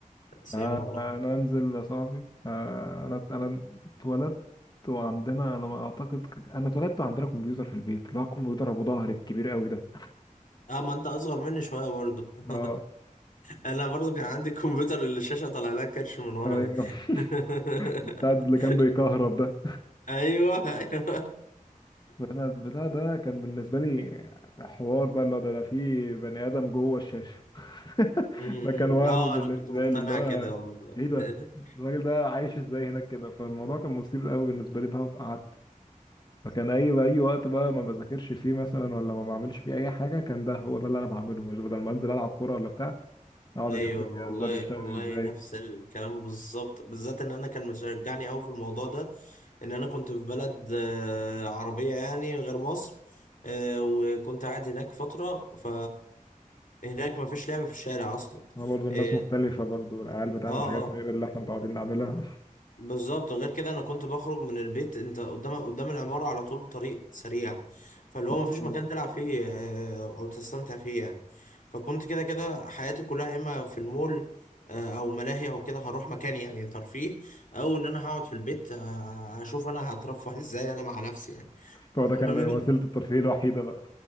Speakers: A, on the left; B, on the left.
A: فانا
B: سيم والله
A: أنا انزل يا صاحبي آه، انا انا اتولدت وعندنا انا ما اعتقد انا اتولدت وعندنا كمبيوتر في البيت اللي هو الكمبيوتر ابو ظهر الكبير قوي ده
B: اه ما انت اصغر مني شويه برضه <laughs>
A: اه
B: انا برضه كان عندي الكمبيوتر اللي الشاشه طالع لها كرش من ورا
A: ايوه
B: دي <laughs>
A: <laughs> بتاع اللي كان بيكهرب ده
B: ايوه ايوه
A: انا البتاع ده كان بالنسبه لي حوار بقى اللي هو ده ده في بني ادم جوه الشاشه <laughs>
B: مم.
A: ده كان وهم
B: اه
A: بالنسبه
B: انا كنت مقتنع
A: لي اللي هو
B: كده برضه
A: ايه ده
B: <laughs>
A: الراجل ده عايش ازاي هناك كده فالموضوع كان مثير قوي بالنسبه لي بقى فقعدت فكان اي بقى اي وقت بقى ما بذاكرش فيه مثلا ولا ما بعملش فيه اي حاجه كان ده هو ده اللي انا بعمله مش بدل ما انزل العب كوره ولا بتاع اقعد
B: ايوه
A: اشوف الجهاز
B: والله
A: ده بيشتغل
B: والله
A: ازاي
B: نفس الكلام بالظبط بالذات ان انا كان مشجعني قوي في الموضوع ده ان انا كنت في بلد آه، عربيه يعني غير مصر آه، وكنت قاعد هناك فتره ف هناك ما فيش لعب في الشارع اصلا
A: هو برضه الناس
B: اه
A: مختلفه برضه العيال بتعمل
B: اه
A: حاجات
B: آه.
A: غير اللي احنا متعودين نعملها
B: بالظبط غير كده انا كنت بخرج من البيت انت قدام قدام العمارة على طول طريق سريع فاللي
A: <laughs> فبرضه
B: هو مفيش مكان تلعب فيه آه، او تستمتع فيه يعني فكنت كده كده حياتي كلها يا اما في المول آه، او ملاهي او كده هروح مكان يعني ترفيه او ان انا هقعد في البيت آه، هشوف انا هترفه <laughs> ازاي انا مع نفسي يعني
A: فهو
B: <laughs>
A: ده
B: فاهمني
A: كان وسيلة الترفيه الوحيدة بقى